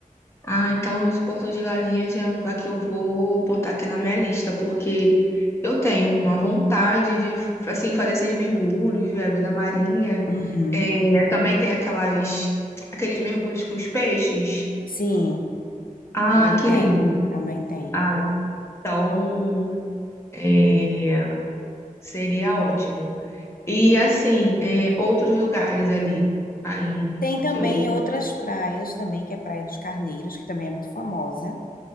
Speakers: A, on the left (about 20°); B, on the left (about 80°).
A: Ah, então esse Porto de Galinhas é um lugar que eu vou botar aqui na minha lista, porque eu tenho uma vontade de, assim, fazer esses mergulhos, ver a vida marinha.
B: Uhum.
A: É, também tem aquelas, aqueles mergulhos com os peixes.
B: Sim,
A: Ah,
B: também
A: que
B: tem,
A: lindo.
B: também tem.
A: Ah, então, é, seria ótimo. E, assim, é, outros lugares ali, aí,
B: Tem também
A: que eu...
B: outras praias também, que é a Praia dos Carneiros, que também é muito famosa,